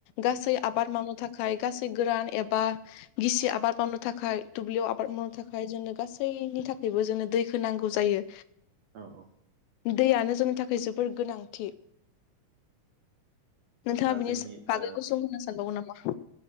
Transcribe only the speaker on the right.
औ औ
दा
जोंनि
ओ